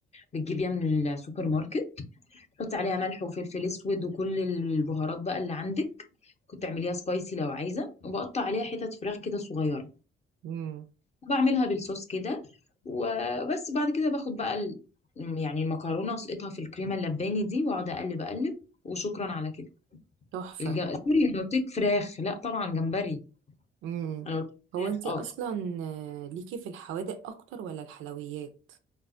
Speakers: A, on the left (about 35°); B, on the right (about 80°).
A: بتجيبيها من السوبر ماركت حطي عليها ملح وفلفل اسود وكل البهارات بقى اللي عندك كنت تعمليها سبايسي لو عايزه وبقطع عليها حتت فراخ كده صغيره
B: امم
A: وبعملها بالصوص كده وبس بعد كده باخد بقى ال- يعني المكرونه اسقطها في الكريمه اللباني دي واقعد اقلب اقلب وشكرا على كده
B: تحفة
A: الج... سوري انا قلت لك فراخ لا طبعا جمبري
B: امم
A: انا قلت
B: هو
A: لك
B: انت
A: فراخ
B: اصلا
A: اه
B: آه، ليكي في الحوادق اكتر ولا الحلويات